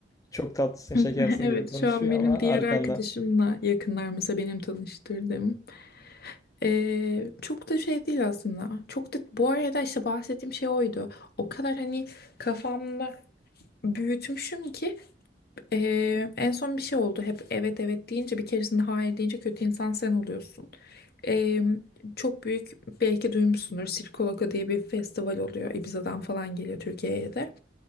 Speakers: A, on the left (about 20°); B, on the left (about 60°).
A: çok tatlısın
B: Hı,
A: şekersin
B: <laughs> Evet,
A: gibi konuşuyor
B: şu an benim
A: ama
B: diğer
A: arkanda.
B: arkadaşımla yakınlar mesela benim tanıştırdığım. Ee, çok da şey değil aslında. Çok da bu arada işte bahsettiğim şey oydu. O kadar hani kafamda büyütmüşüm ki ee, en son bir şey oldu. Hep evet evet deyince bir keresinde hayır deyince kötü insan sen oluyorsun. Ee, çok büyük belki duymuşsundur Sirkoloko diye bir festival oluyor. Ibiza'dan falan geliyor Türkiye'ye de.